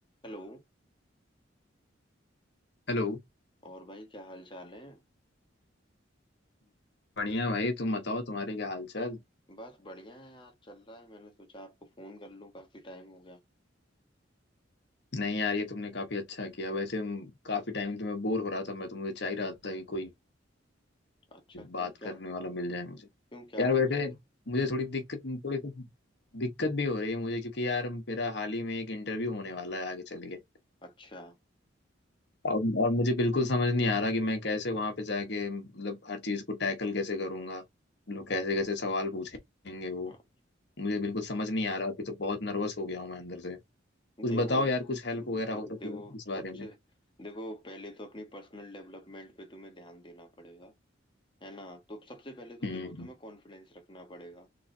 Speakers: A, on the left; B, on the left.
A: Hello
B: हेलो
A: और भाई क्या हाल चाल है
B: बढ़िया भाई तुम बताओ तुम्हारे क्या हाल चाल
A: बस बढ़िया है आज चल रहा है मैंने सोचा आपको फोन कर लूं काफी टाइम हो गया
B: नहीं यार ये तुमने काफी अच्छा किया वैसे म, काफी टाइम तुम्हें बोर हो रहा था मैं तो मुझे चाह ही रहा था कि कोई
A: अच्छा क्यों
B: बात
A: क्या
B: करने वाला मिल जाए मुझे
A: क्यों क्या
B: यार
A: हो
B: वैसे
A: गया
B: मुझे थोड़ी दिक्कत थोड़ी सी दिक्कत भी हो रही है मुझे क्योंकि यार मेरा हाल ही में एक इंटरव्यू होने वाला है आगे चल के
A: अच्छा
B: और और मुझे बिल्कुल समझ नहीं आ रहा कि मैं कैसे वहां पे जाके मतलब हर चीज को टैकल कैसे करूंगा लोग कैसे कैसे सवाल पूछेंगे वो
A: हाँ,
B: मुझे बिल्कुल समझ नहीं आ रहा अभी तो बहुत नर्वस हो गया हूँ मैं अंदर से कुछ
A: देखो
B: बताओ यार कुछ हेल्प वगैरह
A: बिल्कुल
B: हो सके
A: देखो
B: इस बारे
A: सबसे
B: में
A: देखो पहले तो अपनी पर्सनल डेवलपमेंट पे तुम्हें ध्यान देना पड़ेगा है ना तो सबसे पहले तो
B: हम्म
A: देखो तुम्हें कॉन्फिडेंस रखना पड़ेगा